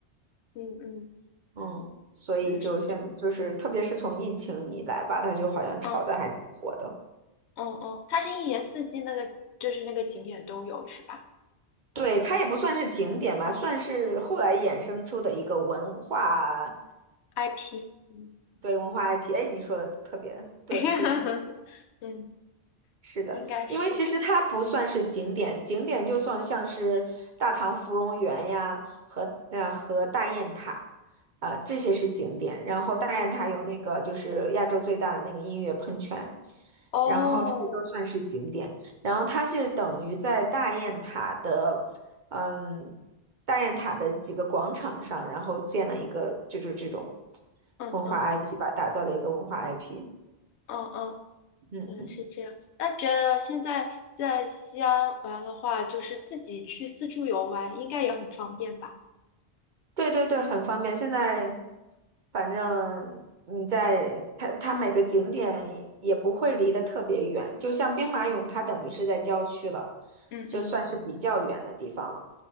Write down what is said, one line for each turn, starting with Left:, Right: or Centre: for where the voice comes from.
Left: 嗯嗯，
Right: 嗯，所以就现就是特别是从疫情以来吧，
Left: 也是这样。
Right: 它就好像炒的还挺火的。
Left: 嗯嗯嗯，它是一年四季那个就是那个景点都有是吧？
Right: 对，它也不算是景点吧，
Left: 嗯嗯
Right: 算是后来衍生出的一个文化，
Left: ，IP。嗯
Right: 对，文化 IP。哎，你说的特别对，
Left: <laughs>
Right: 就是。
Left: 嗯，
Right: 是的，
Left: 应该是。
Right: 因为其实它不算是景点，景点就算像是大唐芙蓉园呀和呃和大雁塔，啊、这些是景点。然后大雁塔有那个就是亚洲最大的那个音乐喷泉，
Left: 嗯哦，
Right: 然后这些都算是景点。然后它是等于在大雁塔的，嗯，大雁塔的几个广场上，然后建了一个就是这种
Left: 嗯嗯
Right: 文化 IP 吧，打造的一个文化 IP。
Left: 嗯嗯
Right: 嗯。
Left: 嗯，是这样。那觉得现在在西安玩的话，就是自己去自助游玩，应该也很方便吧？
Right: 对对对，很方便。现在反正你在它它每个景点也不会离得特别远，就像兵马俑，
Left: 嗯
Right: 它等于是在郊区了，
Left: 嗯嗯
Right: 就算是比较远的地方了。